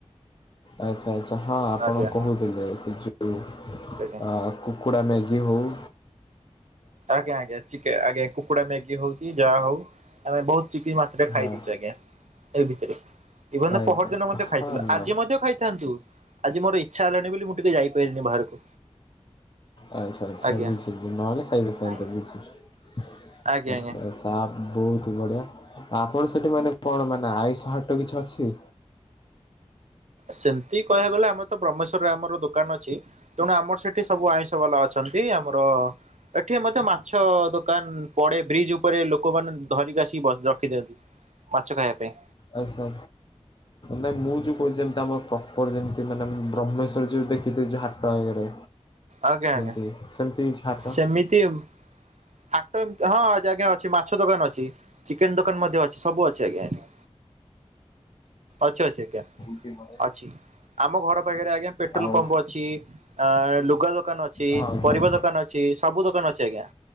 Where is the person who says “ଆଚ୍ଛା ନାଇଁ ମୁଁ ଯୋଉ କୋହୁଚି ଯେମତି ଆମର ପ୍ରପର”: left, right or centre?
Left